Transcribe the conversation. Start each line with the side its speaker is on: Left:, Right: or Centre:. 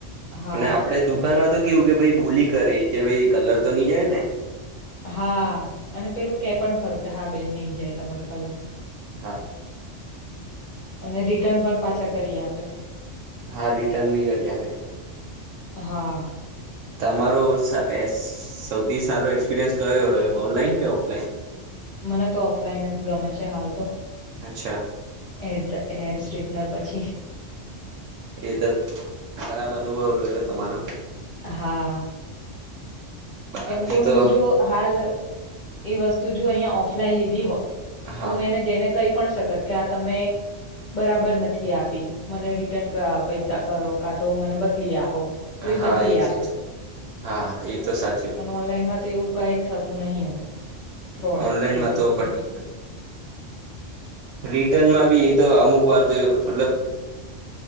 Left: હા,
Right: અને આપડે દુકાનમાં તો કેવું કે ભાઈ બોલી કરી, કે ભાઈ કલર તો નહી જાયને?
Left: હા, અને પેલું કે પણ ખરું કે હા બેન નય જાય તમારે કલર.
Right: હા
Left: અને રિટર્ન પણ પાછા કરીએ આપે.
Right: હા રિટર્ન ભી કરી્ આપે.
Left: હા,
Right: તમારો સા એસ સૌથી સારો એક્સપિરિયન્સ કયો રહ્યો ઓનલાઈન કે ઓફલાઈન?
Left: મને તો ઓફલાઈન જ ગમે છે. હાલ તો
Right: અચ્છા
Left: હે હેર સ્ટ્રેટનર પછી
Right: એ તો ખરાબ અનુભવ રહ્યો તમારો
Left: હા
Right: બાકી
Left: કેમ કે હું
Right: તો
Left: જો હાલ એ વસ્તુ જો અહીંયા ઓફલાઈન લીધી હોત.
Right: હા
Left: તો હું એને જઈને કહી પણ શકત કે આ તમે બરાબર નથી આપી. મને રિટર્ન કા પૈસા કરો કા તો મને બદલી આપો. તો
Right: હા
Left: બદલી
Right: એ
Left: આપત
Right: છે, હા એ તો સાચ
Left: પણ ઓનલાઈનમાં તો એવું કઈ થતું નહી હવે. ફ્રોડ
Right: ઓનલાઈનમાં
Left: કેસિસમાં.
Right: તો પટી બ્રિટનમાં બી એ તો અમુક વાર તો મતલબ